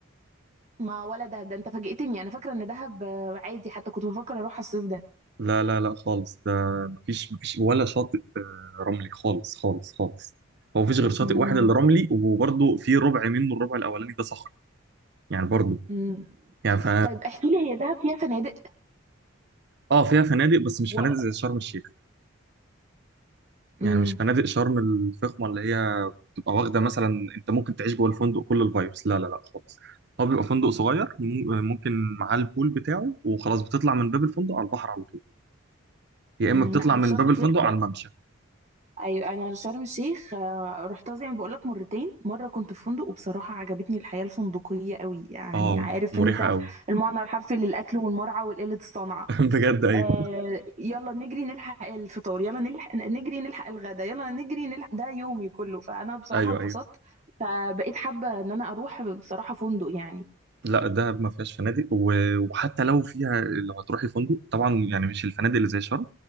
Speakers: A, on the right (about 30°); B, on the right (about 50°).
A: ما ولا دهب ده انت فاجئتني انا فاكرة ان دهب آه، عادي حتى كنت بفكر اروح الصيف ده
B: لا لا لا خالص ده مفيش مفيش ولا شاطئ آه، رملي خالص خالص خالص هو مفيش غير شاطئ
A: امم
B: واحد اللي رملي وبرضه في ربع منه الربع الاولاني ده صخر يعني برضه
A: امم
B: يعني ف...
A: طيب احكي لي هي دهب فيها فنادق
B: اه فيها فنادق بس مش
A: و...
B: فنادق زي شرم الشيخ
A: امم
B: يعني مش فنادق شرم الفخمه اللي هي او واخده مثلا انت ممكن تعيش جوه الفندق كل الفايبس لا لا لا خالص هو بيبقى فندق صغير مم- ممكن معاه البول بتاعه وخلاص بتطلع من باب الفندق على البحر على طول يا اما
A: أمم،
B: بتطلع
A: لا انا
B: من
A: في شرم
B: باب
A: الشيخ
B: الفندق على الممشى
A: ايوه انا في شرم الشيخ آه، رحتها زي ما بقول لك مرتين مره كنت في فندق وبصراحه عجبتني الحياه الفندقيه قوي يعني
B: اه
A: عارف
B: مريحه
A: انت
B: قوي
A: المعنى الحرفي للاكل والمرعى وقله الصنعه
B: <laughs> بجد ايوه
A: آه يلا نجري نلحق الفطار يلا نلحق نجري نلحق الغدا يلا نجري نلحق ده يومي كله فأنا بصراحة
B: ايوه
A: اتبسطت
B: ايوه
A: فبقيت حابة إن أنا أروح بصراحة فندق يعني
B: لا دهب ما فيهاش فنادق و- وحتى لو فيها لو هتروحي فندق طبعا يعني مش الفنادق اللي زي شرم